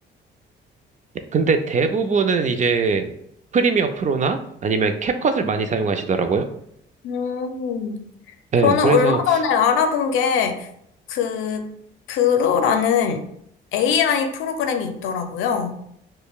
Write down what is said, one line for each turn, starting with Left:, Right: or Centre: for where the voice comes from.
Right: 근데 대부분은 이제 프리미어 프로나 아니면 캡컷을 많이 사용하시더라고요.
Left: 음,
Right: 네,
Left: 저는
Right: 그래서
Left: 얼마 전에 알아본 게, 그, 그루라는 AI 프로그램이 있더라고요.